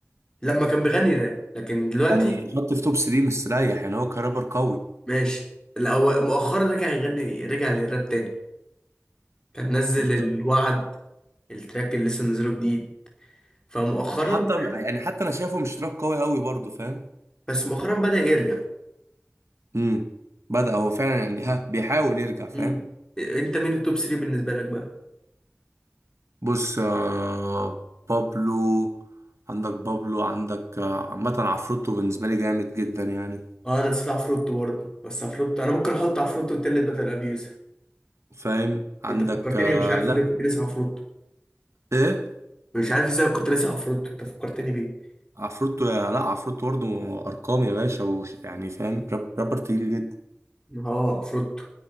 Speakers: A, on the left; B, on the right.
A: لما كان بيغني راب لكن دلوقتي
B: يعني يتحط في توب 3 مستريح يعني هو كرابر قوي
A: ماشي الأو... مؤخرا رجع يغني رجع للراب تاني كان نزل
B: بالظبط
A: الوعد التراك اللي لسه نزله جديد فمؤخرا
B: حتى
A: فاهم؟
B: يعني حتى انا شايفه مش تراك قوي قوي برضه فاهم
A: بس مؤخرا بدأ يرجع
B: امم بدأ هو فعلا يعني ها بيحاول يرجع فاهم
A: مم. انت مين التوب 3 بالنسبه لك بقى
B: بص آه بابلو عندك بابلو عندك آه، عامة عفروتو بالنسبة لي جامد جدا يعني
A: اه انا نسيت عفروتو برضه بس عفروتو انا ممكن احط عفروتو التالت بدل ابي يوسف
B: فاهم عندك
A: انت فكرتني
B: آه
A: مش عارف
B: لا
A: ازاي كنت ناسي عفروتو
B: ايه
A: مش عارف ازاي كنت ناسي عفروتو انت فكرتني بيه
B: عفروتو لا عفروتو برضه ارقام يا باشا وش يعني فاهم راب- رابر تقيل جدا
A: اه عفروتو